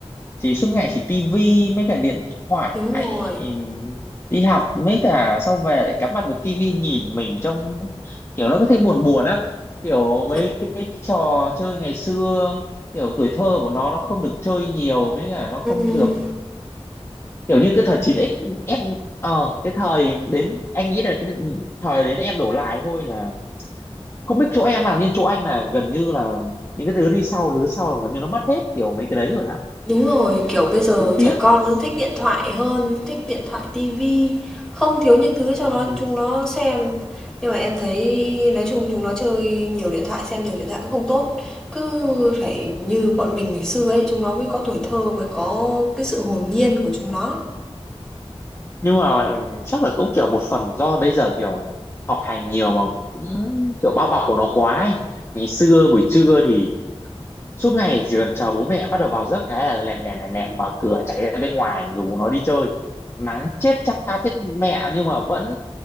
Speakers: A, on the left; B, in the centre.
A: chỉ suốt ngày chỉ tivi mấy cả điện thoại
B: Đúng rồi,
A: ừm, đi học mấy cả sau về lại cắm mặt vào tivi nhìn mình trông kiểu nó có thể buồn buồn á kiểu
B: chuẩn.
A: mấy cái trò chơi ngày xưa kiểu tuổi thơ của nó nó không được chơi nhiều mấy cả nó không
B: Ừm.
A: được kiểu như cái thời chín x em ờ cái thời đến anh nghĩ là cái thời đến em đổ lại thôi là không biết chỗ em làm nhưng chỗ anh là gần như là những cái đứa đi sau đứa sau là gần như nó mất hết kiểu mấy cái đấy rồi á
B: Đúng rồi, kiểu, bây giờ
A: cũng tiếc
B: trẻ con nó thích điện thoại hơn, thích điện thoại, tivi, không thiếu những thứ cho
A: ừ.
B: nó chúng nó xem. Nhưng mà em thấy nói chung chúng nó chơi nhiều điện thoại, xem nhiều điện thoại cũng không tốt. Cứ phải như bọn mình ngày xưa ấy, chúng nó mới có tuổi thơ, mới có cái sự hồn nhiên của chúng nó.
A: nhưng mà em- chắc là cũng kiểu một phần do bây giờ kiểu học hành nhiều mà cũng kiểu bao bọc của nó quá ấy. ngày xưa buổi trưa thì suốt ngày chỉ cần chờ bố mẹ bắt đầu vào giấc cái là lèn lèn lèn lèn mở cửa chạy ra bên ngoài rủ nó đi chơi nắng chết cha chết mẹ nhưng mà vẫn